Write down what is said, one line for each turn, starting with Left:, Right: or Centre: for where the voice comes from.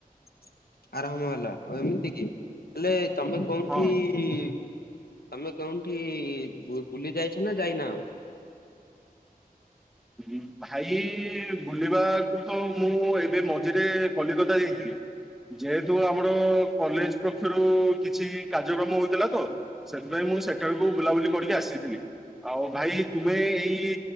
Left: <inaudible> ଆରାମ ହେଲା ଅଏଁ ଏମ୍ହିତି କି ହେଲେ ତମେ କୋଉଠି
Centre: ହଁ
Left: ଇ ତମେ କେଉଁଠି ବୁ ବୁଲି ଯାଇଛ ନା ଯାଇନା ଆଉ?
Centre: ଉଁ ହୁଁ ପା ଭାଇ ବୁଲିବାକୁ ଥ ମୁଁ ଏବେ ମଝିରେ କଲିକତା ଯାଇଥିଲି। ଯେହେତୁ ଆମର କଲେଜ୍ ପକ୍ଷରୁ କିଛି କାର୍ଯ୍ୟକ୍ରମ ହୋଇଥିଲା ତ। ସେଥିପାଇଁ ମୁଁ ସେଟାକୁ ବୁଲାବୁଲି କଡ଼ିକି ଆସିଥିଲି। ଆଉ ଭାଇ ତୁମେ ଏଇ